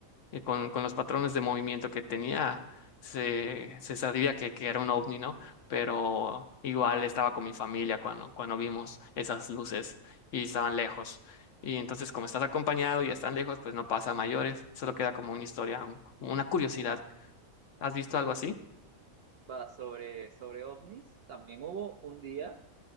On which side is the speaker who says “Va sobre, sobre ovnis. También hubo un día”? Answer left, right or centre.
Right